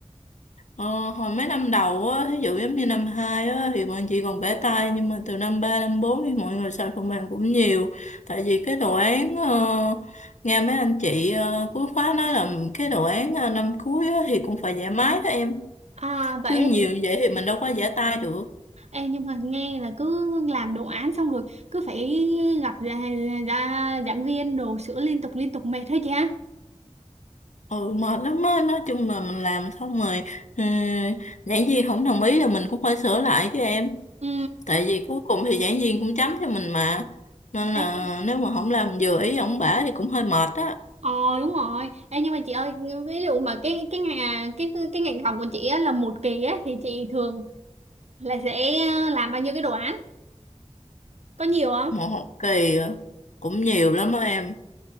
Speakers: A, on the left (about 90°); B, on the right (about 65°).
A: Ờ, hồi mấy năm đầu á, ví dụ giống như năm 2 á, thì mọi người chỉ còn vẽ tay nhưng mà từ năm 3 năm 4 thì mọi người xài phần mềm cũng nhiều tại vì cái đồ án ờ, nghe mấy anh chị ờ, cuối khóa nói là cái đồ án ờ, năm cuối á, thì cũng phải vẽ máy đó em
B: à vậy
A: chứ nhiều như vậy thì mình đâu có vẽ tay được
B: Ê, nhưng mà nghe là cứ làm đồ án xong rồi cứ phải gặp ra, ra giảng viên đồ sửa liên tục liên tục mệt hết chị ha
A: ừ mệt lắm á nói chung là mình làm xong rồi ừ, giảng viên không đồng ý là mình cũng phải sửa lại chứ em
B: ừ
A: tại vì cuối cùng thì giảng viên cũng chấm cho mình mà nên là
B: Ê, cái-
A: nếu mà không làm vừa ý ổng bả thì cũng hơi mệt á
B: ờ đúng rồi Ê, nhưng mà chị ơi ví dụ mà cái cái ngành cái cái ngành học của chị á, là một kỳ á thì chị thường là sẽ à, làm bao nhiêu cái đồ án có nhiều không
A: một học kỳ cũng nhiều lắm đó em